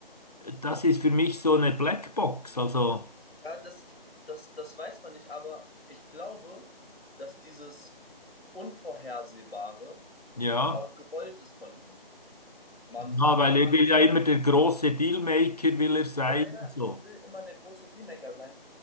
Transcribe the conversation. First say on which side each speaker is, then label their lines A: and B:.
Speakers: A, on the left (about 40°); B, on the left (about 80°).
A: Das ist für mich so eine Blackbox. Also,
B: ja, das, das, das weiß man nicht, aber ich glaube, dass dieses Unvorhersehbare
A: ja,
B: auch gewollt ist von ihm. Man,
A: ja,
B: weil
A: weil
B: man,
A: er will ja immer der große Dealmaker, will er sein
B: ja, ja,
A: und so.
B: er will immer der große D-Maker sein.